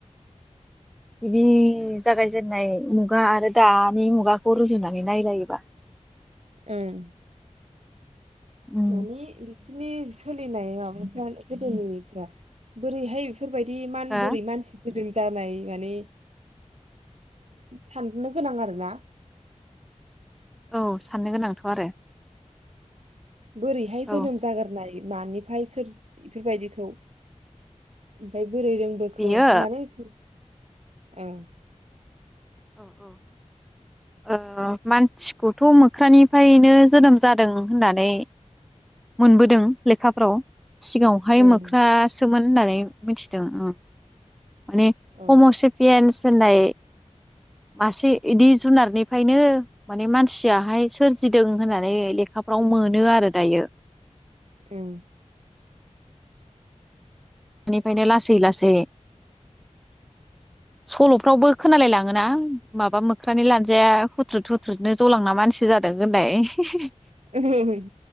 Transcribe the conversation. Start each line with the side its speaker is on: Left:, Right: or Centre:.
Centre: बिदि जागायजेेननाय मुगा आरो दानि मुगाखौ रुजुनानै नायलायोबा
Right: ओं
Centre: उम
Right: माने बिस सिनि सोलिनाय माबाफ्रा गोदोनिनिफ्रा बोरैहाय फोरबायदि मान
Centre: हो
Right: बोरै मानसि गुदुं जानाय माने साननो गोनां आरो ना
Centre: औ साननो गोनांथ' आरो
Right: बोरैहाय जोनोम
Centre: औ
Right: जागोरनाय? नानिफ्राय सोर बेफोरबायदिखौ ओमफाय बोरै रोंबोखो
Centre: बेयो
Right: माने ओं
Centre: औ औ ओ मानसिखौथ' मोख्रानिफायनो जोनोम जादों होननानै मोनबोदों लेखाफ्राव। सिगाङावहाय
Right: ओं
Centre: मोख्रा सोमोन। होननानै मिथिदों ओं माने
Right: औ
Centre: हम'सेफियेनस होन्नाय मासे इदि जुनारनिफायनो माने मान सियाहाय सोरजिदों होननानै लेखाफ्राव मोनो आरो दायो।
Right: उम
Centre: निफ्रायनो लासै लासै सल'फ्रावबो खोनालाय लाङोना माबा मोख्रानि लान्जाया हुथ्रुद हुथ्रुदनो जलांना मानसि जादों होनाय <unintelligible>
Right: ओं